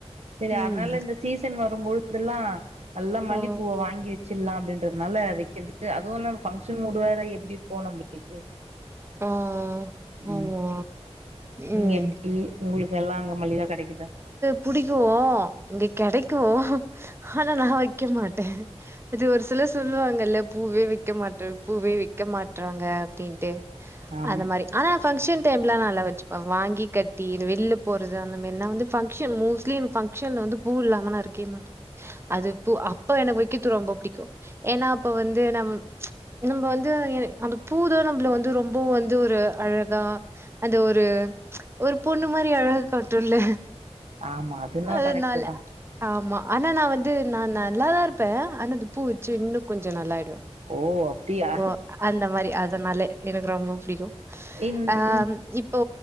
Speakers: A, on the right (about 75°); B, on the right (about 20°).
A: செரி
B: ம்
A: அதனால இந்த சீசன் வரும்போதெல்லா நல்லா மல்லிப்பூவ
B: ஓ
A: வாங்கி வச் சிட்லா அப்டின்றதுனால வைக்கிறது அதுவு நம்ம பங்க்ஷன் முடு வேற எப்டி இருக்கு நம்ளுக்கு
B: ஆ
A: ம்
B: ஆமா
A: நீங்க
B: ம்
A: எப்டி உங்ளுக்கு எல்லா அங்க மலிவா கெடைக்குதா
B: புடிக்கோ இங்க கெடைக்கோ ஆனா நா வைக்க மாட்டே அது ஒரு சிலர் சொல்லுவாங்கல்ல பூவே வைக்க மாட்டே பூவே வைக்க மாட்றாங்க அப்டின்ட்டு
A: ஆம்
B: அது மாரி ஆனா பங்க்ஷன் டைம்ல நல்லா வச்சுப்பே வாங்கி கட்டி வெள்ல போறது அந்த மாரினா வந்து பங்க்ஷன் மோஸ்ட்லி பங்க்ஷன்ல வந்து பூ இல்லாம நா இருக்கே மாட்டே அது பூ அப்ப எனக்கு வைக்கற்து ரொம்ப பிடிக்கு ஏனா அப்ப வந்து நம் நம்ம வந்து ஏ அந்த பூதா நம்ள வந்து ரொம்போ வந்து ஒரு அழகா அந்த ஒரு ஒரு பொண்ணு மாரி அழகா காட்டுல்ல
A: ஆமா அதுன்னா
B: அதனால
A: கரெக்ட் தா
B: ஆமா ஆனா நா வந்து நா நல்லாதா இருப்பே ஆனாது பூ சின்னு கொஞ்சோ நல்லாயிடுவே
A: ஓ அப்டியா
B: ஓ அந்த மாரி அதுனாலே எனக்கு ரொம்ப பிடிக்கு
A: இன்
B: அ
A: இன்
B: இப்போ